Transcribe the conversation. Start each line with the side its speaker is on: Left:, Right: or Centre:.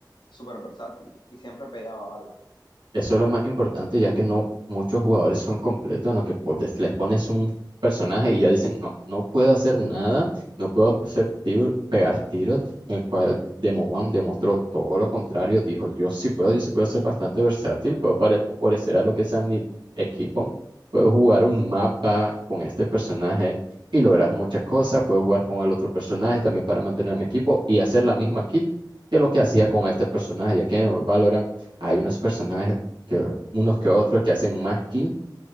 Left: súper versátil y siempre pegaba balas.
Right: Eso es lo más importante, ya que no muchos jugadores son completos en los que po- des- les pones un personaje y ya dicen, no, no puedo hacer nada, no puedo hacer tiro- pegar tiros, en el cual Demo One demostró todo lo contrario, dijo, yo sí puedo, yo sí puedo ser bastante versátil, puedo pare- favorecer a lo que sea mi equipo, puedo jugar un mapa con este personaje y lograr muchas cosas, puedo jugar con el otro personaje también para mantener a mi equipo y hacer la misma kill que lo que hacía con este personaje, ya que en el Valorant hay unos personajes que unos que otros que hacen más kill